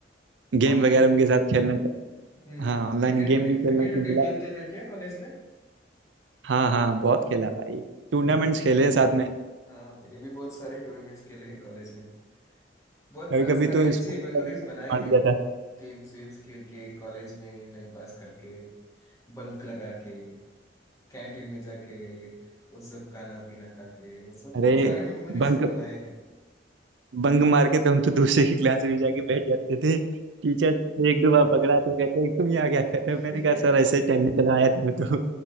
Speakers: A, on the right; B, on the left.
A: गेम
B: ऑनलाइन
A: वगैरह उनके साथ खेलना
B: हम्म
A: हाँ
B: हम्म
A: ऑनलाइन
B: क्रिकेट
A: गेम
B: भी
A: भी खेलना
B: क्रिकेट
A: के
B: भी
A: बिला
B: खेलते थे क्या कॉलेज में
A: हाँ हाँ बहुत खेला भाई
B: हम्म
A: टूर्नामेंट्स खेले हैं साथ में
B: हाँ मैंने भी बहुत सारे टूर्नामेंट्स खेले हैं कॉलेज में बहुत
A: कभी कभी
B: सारे
A: तो
B: अच्छे
A: स्कूल
B: मेमोरीज
A: का भी बंक
B: बनाए
A: मार
B: हैं
A: दिया था
B: गेम्स वेम्स खेल के कॉलेज में टाइम पास करके बंक लगा के कैंटीन में जाके वो सब खाना पीना खा के वो सब
A: अरे
B: बहुत सारे मेमोरीज
A: बंक
B: बनाए हैं
A: बंक मार के तो हम तो दूसरे की क्लास में जाके बैठ जाते थे टीचर एक दो बार पकड़ा तो कहते तुम यहाँ क्या कर रहे
B: <laughs>
A: हो मैंने कहा सर ऐसे ही टहलने चला आया था मैं तो